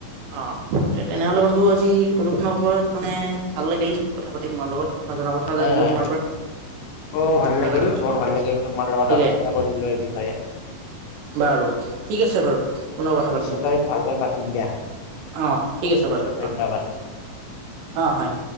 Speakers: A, on the right; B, on the left.
A: অ, তেনেহলে বন্ধু আজি প্ৰদূষণৰ ওপৰত মানে ভাল লাগিল কথা পাতি তোমাৰ লগত নজনা কথাও
B: হয়
A: জানিলো
B: হয়।
A: তোমাৰ পৰা
B: অ ভাল
A: অ'
B: লাগিল বৰ ভাল লাগিল তোমাৰ লগত
A: ঠিকে
B: আলোচনা কৰি লৈ বি
A: বাৰু, ঠিক আছে বাৰু পুনৰ কথা
B: পিছত
A: পাতিম আমি।
B: ভালকৈ পাতিম দিয়া
A: অ ঠিক আছে
B: পিছত
A: বাৰু
B: ধন্যবাদ
A: অ অ হয়।